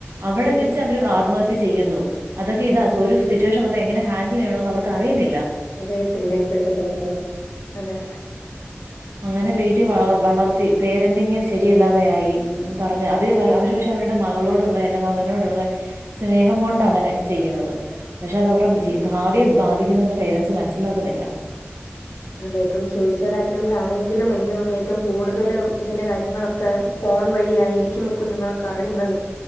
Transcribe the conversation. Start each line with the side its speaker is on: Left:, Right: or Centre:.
Right: അവിടെ
Left: ഇല്ല
Right: വെച്ചവര് ആത്മഹത്യ ചെയ്യുന്നു അതൊക്കെ എ ഒരു സിറ്റുവേഷൻ വന്ന എങ്ങനെ ഹാൻഡില് ചെയ്യണോന്ന് അവർക്കറിയുന്നില്ല.
Left: അറിയത്തില്ല ഇപ്പഴത്തെ തലമുറയ്ക്ക്. അതെ.
Right: അങ്ങനെ വീട്ടി വ വളർത്തി പേരന്റിങ് ശരിയല്ലാതെ ആയിഉം പറഞ്ഞ് അതില് വ ക്ഷെ അവരുടെ മകളോടുള്ള അല്ലേ മകനോടുള്ള സ്നേഹം കൊണ്ടങ്ങനെ ചെയ്യുന്നത്. പക്ഷെ അതവരെ ജീ ഭാവിയെ ബാധിക്കുന്നെന്ന് പേരന്റ്സ് മനസ്സിലാക്കുന്നില്ല.
Left: അതെ ഇപ്പം സൂയിസൈഡ് അറ്റംറ്റാണെങ്കിലും എനിക്ക് തോന്നുന്നു ഏറ്റവും കൂടുതല് ഇതിൻ്റെ കാര്യങ്ങളൊക്കെ ഫോൺ വഴിയായിരിക്കും ഈ കുഞ്ഞുങ്ങളൊക്കറിയുന്നത്.